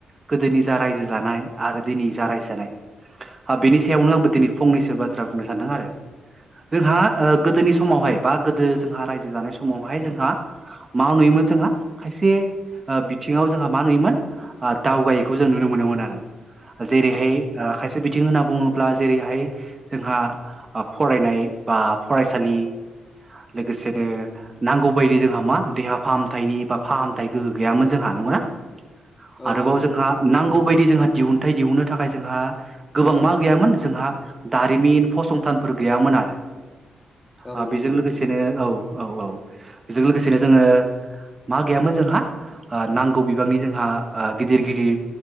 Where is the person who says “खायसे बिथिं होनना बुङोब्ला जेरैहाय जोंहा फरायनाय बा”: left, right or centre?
Right